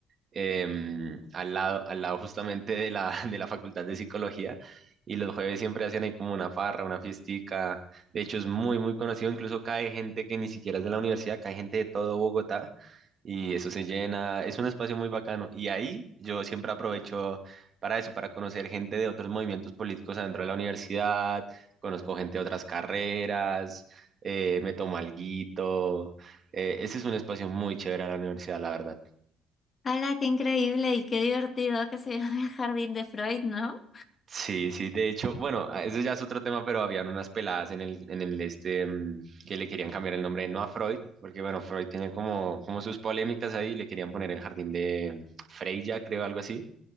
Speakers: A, on the right; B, on the left.
A: em, al lado, al lado justamente de la, <laughs> de la Facultad de Psicología. Y los jueves siempre hacen ahí como una farra, una fiestica. De hecho, es muy, muy conocido. Incluso cae gente que ni siquiera es de la universidad, cae gente de todo Bogotá. Y eso se llena. Es un espacio muy bacano. Y ahí yo siempre aprovecho para eso, para conocer gente de otros movimientos políticos adentro de la universidad. Conozco gente de otras carreras. eh, me tomo alguito. eh, ese es un espacio muy chévere a la universidad, la verdad.
B: ¡Hala, qué increíble y qué divertido que se <laughs> llama el jardín de Freud, ¿no?
A: Sí, sí, de hecho, bueno, a- eso ya es otro tema, pero habían unas peladas en el, en el este, mm, que le querían cambiar el nombre, no a Freud, porque bueno, Freud tiene como, como sus polémicas ahí, le querían poner el jardín de Freya, creo, algo así.